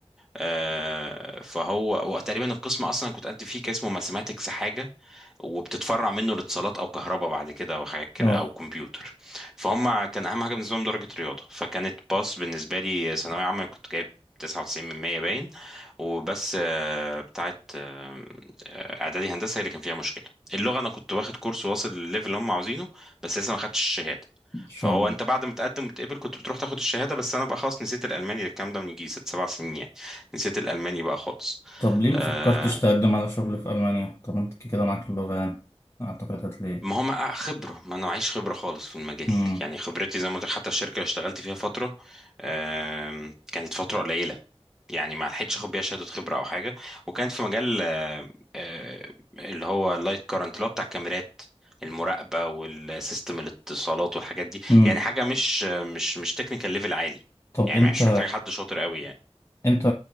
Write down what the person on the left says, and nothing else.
اه
إن شاء
الله
طب ليه ما
فكرتش تقدم على شغل في ألمانيا؟ طب انت كده معاك اللغة يعني أعتقد هتلاقي
مم.
مم.
طب
انت
انت